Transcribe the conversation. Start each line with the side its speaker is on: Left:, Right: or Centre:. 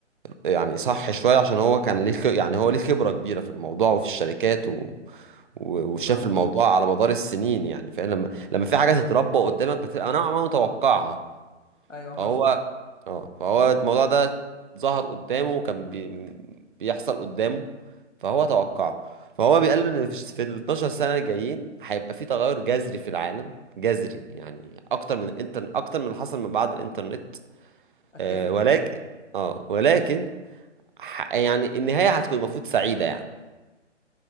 Right: يعني صح شوية عشان هو كان ليه خ- يعني هو ليه خبرة كبيرة في الموضوع وفي الشركات و... و- وشاف
Left: فاهمة
Right: الموضوع على مدار السنين يعني فاهم لما لما في حاجة تتربى قدامك بتبقى نوعا ما متوقعها
Left: ايوه
Right: فهو
Left: حصل
Right: اه فهو الموضوع ده ظهر قدامه وكان بي... بيحصل قدامه فهو توقعه فهو بيقال ان في في ال 12 سنه الجايين هيبقى في تغير جذري في العالم جذري يعني اكتر من الانترنت اكتر من اللي حصل من بعد الانترنت
Left: اتفق
Right: آه ولكن اه ولكن ح... يعني النهايه هتكون المفروض سعيده يعني